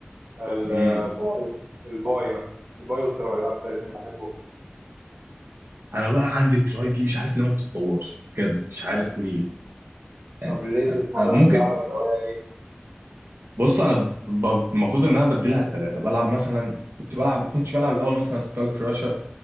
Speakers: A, on the right; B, on the right.
A: الباي
B: مم.
A: الباي مثلا الباي والتراي أكتر اتنين بحبهم
B: انا بقى عندي التراي دي مش عارف ليه ما بتتطورش بجد مش عارف ليه يعني
A: طب ليه بتمرن
B: أ- أ- ممكن
A: لها ولا هو إيه؟
B: بص انا ب- ب- المفروض ان انا بديلها الثلاثه بلعب مثلا كنت بلعب كنتش بلعب الاول مثلا سكال كراشر